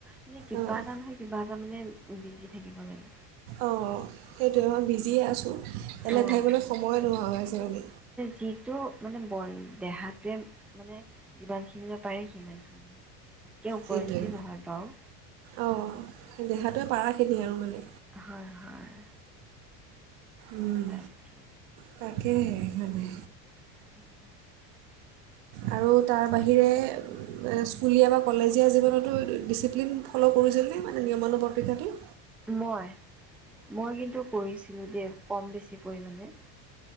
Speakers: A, in the centre; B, on the right (about 60°).
A: মানে কিবা
B: অঁ
A: এটা নহয় কিবা তাৰমানে বিজি থাকিব লাগে।
B: অ', সেইটোৱে মই বিজিয়ে আছোঁ। বেলেগ
A: অ',
B: ভাবিবলৈ সময় নোহোৱা হৈ আছে মানে।
A: যিটো মানে বল দেহাটোৱে মানে যিমানখিনি পাৰে সিমানখিনি, তাতকৈ উপৰিঞ্চি
B: সেইটোৱে
A: নহয় বাৰু।
B: অঁ দেহাটোৱে পাৰাখিনি আৰু মানে
A: হয় হয়
B: উম
A: তাকে
B: তাই কে হয়নে?
A: <inaudible>
B: আৰু তাৰ বাহিৰে এ স্কুলীয়া বা কলেজীয়া জীৱনতো ডিচিপ্লিন ফ'ল' কৰিছিল নে? মানে, নিয়মানুবৰ্তিতাটো।
A: মই, মই কিন্তু কৰিছিলো‌ দেই, কম বেছি পৰিমাণে।